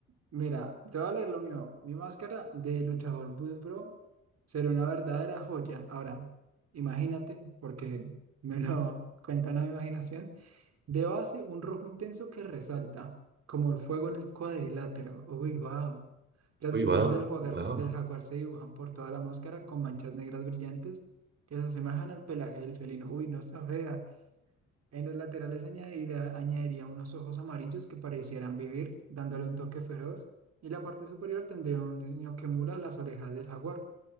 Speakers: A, on the right (about 55°); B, on the right (about 35°).
A: Mira, te voy a leer lo mío. Mi máscara de luchador Boots Bro será una verdadera joya. Ahora, imagínate, porque me lo <laughs> cuentan a mi imaginación. De base, un rojo intenso que resalta, como el fuego en el cuadrilátero. Uy, guau. Los
B: Uy,
A: diseños
B: wow,
A: del jaguar,
B: wow.
A: del jaguar se dibujan por toda la máscara con manchas negras brillantes que se asemejan al pelaje del felino. Uy, no está fea. En los laterales añadiría, añadiría unos ojos amarillos que parecieran vivir, dándole un toque feroz. Y la parte superior tendría un diseño que emula las orejas del jaguar.